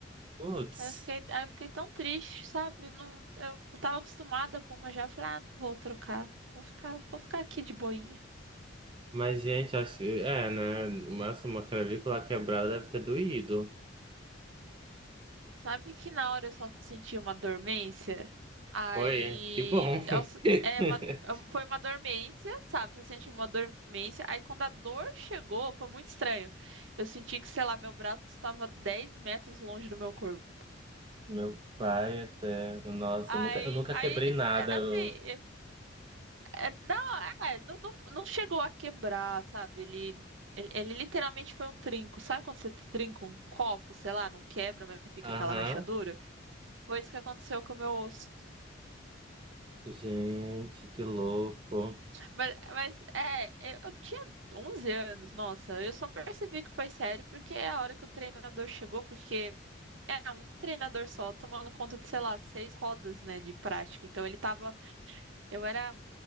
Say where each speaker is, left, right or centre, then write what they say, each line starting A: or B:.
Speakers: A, on the right; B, on the right.
A: Putz.
B: Aí eu fiquei, aí eu fiquei tão triste, sabe? Eu, não, eu tava acostumada com uma já. Eu falei, ah, não vou trocar. Vou ficar, vou ficar aqui de boinha.
A: Mas, gente, acho que é, né? O uma clavícula quebrada deve ter doído.
B: Sabe que na hora eu só senti uma dormência? Aí
A: Foi, que bom. <laughs>
B: é, o- é uma- é um- foi uma dormência, sabe? Você sente uma dormência. Aí quando a dor chegou, foi muito estranho. Eu senti que, sei lá, meu braço estava 10 metros longe do meu corpo.
A: Meu pai eterno, nossa,
B: Aí,
A: eu nunca, eu nunca
B: aí,
A: quebrei
B: isso-
A: nada.
B: é,
A: eu-
B: assim, é- é- não, é, é, não, não, não chegou a quebrar, sabe? Ele, ele, ele literalmente foi um trinco. Sabe quando você trinca um copo, sei lá, não quebra, mas fica
A: Aham.
B: aquela rachadura? Foi isso que aconteceu com o meu osso.
A: Gente, que louco.
B: Mas, mas é, eu, eu tinha 11 anos, nossa, eu só percebi que foi sério porque é a hora que o treinador chegou, porque é um treinador só tomando conta de, sei lá, seis rodas, né, de prática. Então ele tava, eu era,